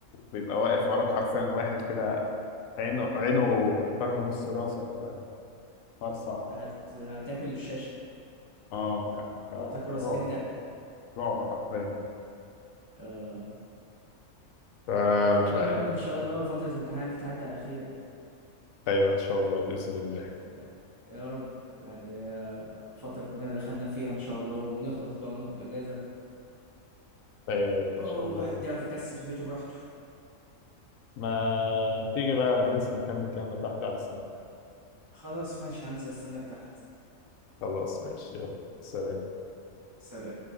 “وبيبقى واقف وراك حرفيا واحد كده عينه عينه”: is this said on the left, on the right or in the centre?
Left